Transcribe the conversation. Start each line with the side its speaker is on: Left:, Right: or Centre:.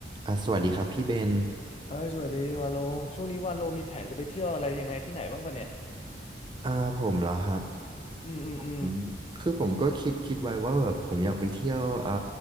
Right: อ่าสวัสดีครับพี่เบน
Left: เอ้ยสวัสดีวาโล ช่วงนี้วาโลมีแผนจะไปเที่ยวอะไรยังไงที่ไหนบ้างปะเนี่ย
Right: อ่าผมเหรอครับ
Left: อืมอืมอืม
Right: อืมคือผมก็คิดคิดไว้ว่าแบบผมอยากไปเที่ยวอ่า